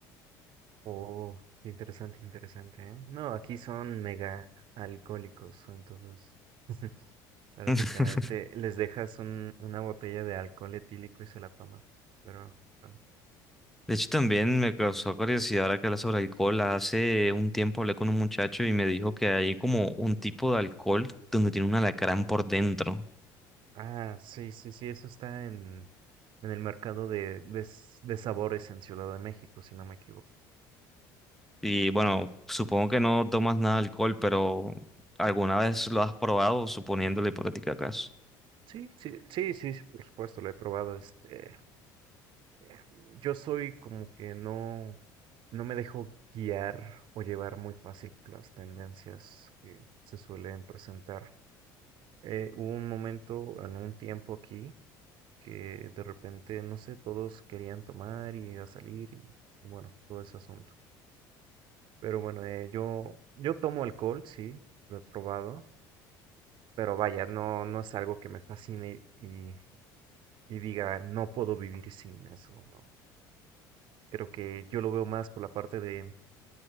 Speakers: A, on the right (about 60°); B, in the centre.
A: Oh, qué interesante, interesante, ¿eh? No, aquí son mega alcohólicos, entonces. <laughs> Prácticamente
B: <laughs>
A: les dejas un, una botella de alcohol etílico y se la toman. Pero, bueno.
B: De hecho, también me causó curiosidad ahora que hablas sobre alcohol. Hace un tiempo hablé con un muchacho y me dijo que hay como un tipo de alcohol donde tiene un alacrán por dentro.
A: ah, sí, sí, sí, eso está en, en el mercado de, de, s- de sabores en Ciudad de México, si no me equivoco.
B: Y bueno, supongo que no tomas nada de alcohol, pero ¿alguna vez lo has probado, suponiendo la hipotética caso?
A: Sí, sí, sí, sí, sí, por supuesto, lo he probado. Este, eh, yo soy como que no, no me dejo guiar o llevar muy fácil por las tendencias que se suelen presentar. Eh, hubo un momento, en un tiempo aquí, que de repente, no sé, todos querían tomar y a salir y, y bueno, todo ese asunto. Pero bueno, eh, yo, yo tomo alcohol, sí, lo he probado, pero vaya, no, no es algo que me fascine y, y diga, no puedo vivir sin eso, no. Creo que yo lo veo más por la parte de